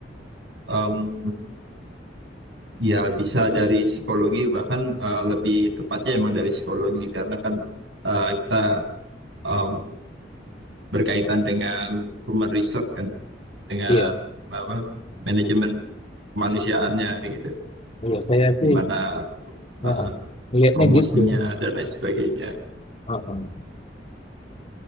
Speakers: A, on the right (about 75°); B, on the left (about 35°).
A: um, Ya, bisa dari psikologi, bahkan eh, lebih tepatnya emang dari psikologi, karena kan eh, kita em, berkaitan dengan human research kan, dengan
B: Iya,
A: apa manajemen kemanusiaannya gitu,
B: iya saya sih
A: gimana
B: heeh,
A: eh,
B: melihatnya
A: promosinya
B: gitu.
A: dan lain sebagainya.
B: Heeh.